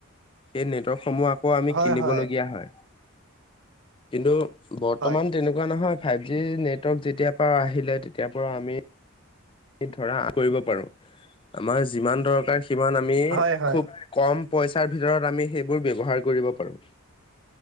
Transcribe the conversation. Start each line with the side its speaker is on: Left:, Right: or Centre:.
Left: সেই নেটৱৰ্কসমূহ আকৌ আমি
Right: হয়
Left: কিনিবলগীয়া
Right: হয়
Left: হয়। কিন্তু বৰ্তমান
Right: হয়
Left: তেনেকুৱা নহয়, ফাইভ জি নেটৱৰ্ক যেতিয় পৰা আহিলে তেতিয়াৰ পৰা আমি ধৰা কৰিব পাৰো, আমাৰ যিমান দৰকাৰ সিমান আমি
Right: হয় হয়
Left: খুব কম পইচাৰ ভিতৰত আমি সেইবোৰ ব্যৱহাৰ কৰিব পাৰোঁ।